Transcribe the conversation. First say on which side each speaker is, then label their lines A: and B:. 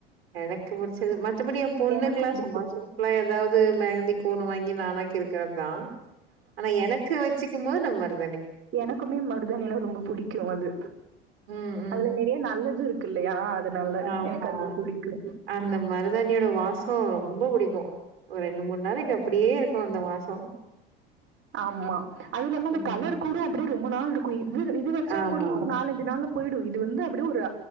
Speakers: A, on the right (about 80°); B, on the right (about 40°).
A: எனக்கு பிடிச்சது ம மத்தபடி என் பொண்ணுக்கலாம்
B: எனக்கு புடிக்கு
A: சும்மா சிம்பிளா ஏதாவது மெஹந்தி போன வாங்கி நான இருக்கறது தான் ஆனா எனக்கு வச்சுக்கும்போது நம்பர்
B: எனக்குமே மருதாணினா ரொம்ப புடிக்கும் அது
A: ம் ம்
B: அதுல நிறைய நல்லது இருக்கு இருக்கு இல்லையா அதனால
A: ஆமா
B: எனக்கு அது புடிக்கு
A: அந்த மருதாணியோட வாச ரொம்ப பிடிக்கும் ஒரு ரெண்டு மூணு நாளைக்கு அப்படியே இருக்கும் அந்த வாசம்
B: ஆமா அது இல்லாம அந்த
A: ம்
B: கலர் கூட அப்படியே ரொம்ப நாள் இருக்கும் இது இது வச்சா
A: ஆமா
B: கூட ஒரு
A: ஆமா
B: நாலஞ்சு நாள்ல போயிடு இது வந்து அப்படியே ஒரு